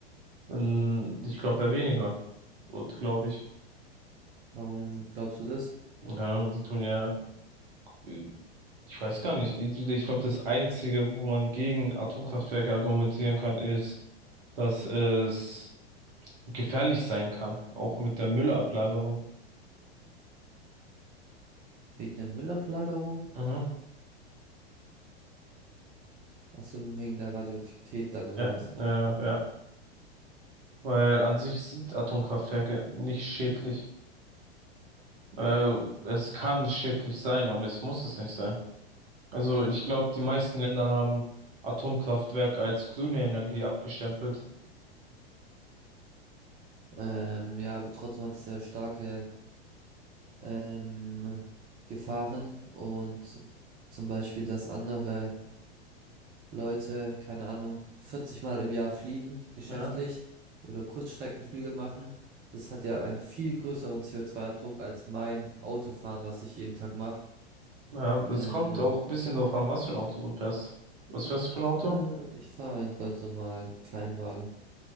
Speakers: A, on the right; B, on the right.
A: Ähm, Ich glaube, eher weniger. Und glaube ich.
B: Warum glaubst du das?
A: Keine Ahnung, sie tun ja, äh, ich weiß gar nicht. Ich, ich glaube, das Einzige, wo man gegen Atomkraftwerke argumentieren kann, ist, dass es gefährlich sein kann. Auch mit der Müllablagerung.
B: Wegen der Müllablagerung?
A: Mhm.
B: Ach so, wegen der Radioaktivität dann, oder
A: Ja,
B: was?
A: äh, ja. Weil an sich sind Atomkraftwerke nicht schädlich. Äh, es kann schädlich sein, aber es muss es nicht sein. Also ich glaube, die meisten Länder haben Atomkraftwerke als grüne Energie abgestempelt.
B: Ähm, ja, aber trotzdem hat es ja starke ähm, Gefahren und zum Beispiel, dass andere Leute, keine Ahnung, 40 Mal im Jahr fliegen, geschäftlich
A: Ja.
B: oder Kurzstreckenflüge machen. Das hat ja einen viel größeren co zwei abdruck als mein Autofahren, was ich jeden Tag mache.
A: Ja, das
B: Ähm,
A: kommt auch ein bisschen drauf an, was für ein Auto du fährst. Was fährst du für ein Auto?
B: äh, ich fahre einen ganz normalen Kleinwagen.